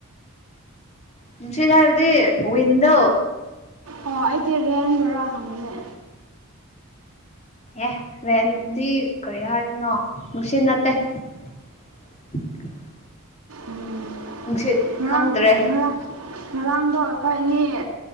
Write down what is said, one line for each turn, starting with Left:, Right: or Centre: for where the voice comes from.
Left: ꯅꯨꯡꯁꯤꯠ ꯍꯥꯏꯕꯗꯤ ꯋꯤꯟꯗꯣ
Right: ꯑꯣ ꯑꯩꯗꯤ ꯔꯦꯟ ꯕꯥꯔꯥ ꯍꯪꯉꯤꯅꯦ
Left: ꯑꯦ ꯔꯦꯟꯗꯤ ꯀꯔꯤ ꯍꯥꯏꯔꯤꯅꯣ ꯅꯨꯡꯁꯤꯠ ꯅꯠꯇꯦ <unintelligible>
Right: ꯎꯝ
Left: ꯅꯨꯡꯁꯤꯠ
Right: ꯉꯔꯥꯡ
Left: ꯈꯪꯗ꯭ꯔꯦ
Right: ꯉꯔꯥꯡ ꯉꯔꯥꯡꯗꯣ ꯑꯩꯈꯣꯏ ꯑꯅꯤ